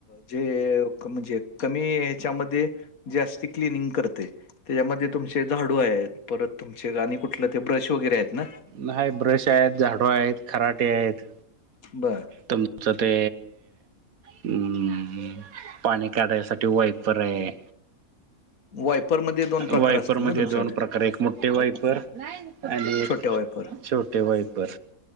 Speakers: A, on the left (about 80°); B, on the right (about 75°).
A: जे... म्हणजे कमी ह्याच्यामध्ये.... जास्ती क्लिनिंग करतय त्याच्यामध्ये तुमचे झाडू आहेत.... परत तुमचे आणि कुठलं ते ब्रश वगैरे हेत ना?
B: न्हाई... ब्रश आहेत, झाडू आहेत, खराटे आहेत.
A: बरं.
B: तुमचं ते हम्म... पाणी काढायसाठी वाईपर ए.
A: वायपरमध्ये प्रकार
B: वायपर
A: असतील
B: मध्ये
A: ना तुमच्याकडे?
B: दोन प्रकार.. एक मोठे वायपर आणि एक
A: छोट्या वायपर.
B: छोटे वायपर.